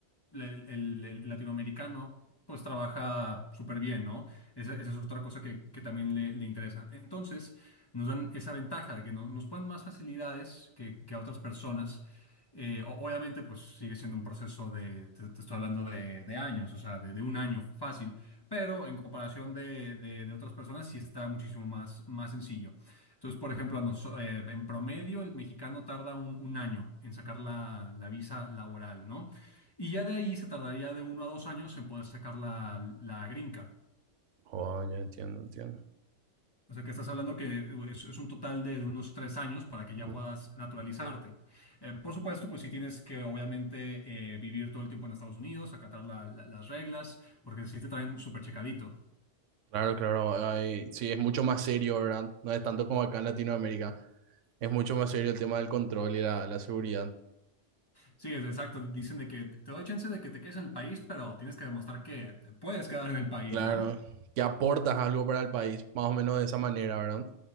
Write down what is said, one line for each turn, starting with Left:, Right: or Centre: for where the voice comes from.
Left: le- el, el latinoamericano, pues trabaja súper bien, ¿no? Esa, esa es otra cosa que, que también le, le interesa. Entonces, nos dan esa ventaja de que no- nos ponen más facilidades que, que a otras personas. Eh, o- obviamente, pues sigue siendo un proceso de, te, te estoy hablando de, de años, o sea, de, de un año fácil, pero en comparación de, de- de otras personas sí está muchísimo más, más sencillo. Entonces, por ejemplo, a nos- eh, en promedio el mexicano tarda un, un año en sacar la, la visa laboral, ¿no? Y ya de ahí se tardaría de uno a dos años en poder sacar la, la green card.
Right: Oh, ya entiendo, entiendo.
Left: O sea que estás hablando que uh, es, es un total de, de unos tres años para que ya
Right: Ujú.
Left: puedas naturalizarte. Eh, por supuesto, pues sí tienes que obviamente eh, vivir todo el tiempo en Estados Unidos, acatar la- la- las reglas, porque sí te traen súper checadito.
Right: Claro, claro. Hay, sí, es mucho más serio, ¿verdad? No es tanto como acá en Latinoamérica. Es mucho más serio el tema del control y la, la seguridad.
Left: Sí, es exacto. Dicen de que te doy chance de que te quedes en el país, pero tienes que demostrar que te puedes quedar en el país,
Right: Claro.
Left: ¿no?
Right: Que aportas algo para el país, más o menos de esa manera, ¿verdad?